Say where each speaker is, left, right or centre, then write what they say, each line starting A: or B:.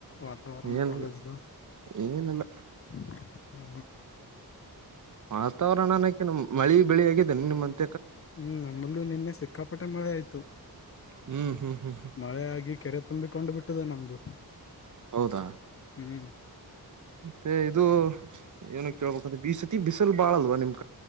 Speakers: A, on the left; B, on the right.
A: ವಾತಾವರಣ
B: ಏನ್
A: ಕಾಲೇಜ್ದು
B: ಏನಿಲ್ಲ
A: ಹ್ಮ ಹಾ
B: ವಾತಾವರಣನಕ್ಕೆ ನ ಮಳಿ ಬೆಳಿ ಆಗಿದ್ದೇನೆ ನಿಮ್ಮಂತ
A: ಹ್ಮ್ ನಮ್ಮಲ್ಲೂ ನಿನ್ನೆ ಸಿಕ್ಕಾಪಟ್ಟೆ ಮಳೆ ಆಯ್ತು
B: ಹ್ಮ್ ಹ್ಮ್ ಹ್ಮ್
A: ಮಳೆ ಆಗಿ ಕೆರೆ ತುಂಬಿಕೊಂಡು ಬಿಟ್ಟಿದೆ ನಮ್ದು
B: ಹೌದಾ.
A: ಹ್ಮ್
B: ಮತ್ತೆ ಇದು ಏನ ಕೇಳ್ಬಂದ್ರೆ ಬೀಸತಿ ಬಿಸಲ್ ಬಾಳಲ್ವಾ ನಿಮ್್ದ.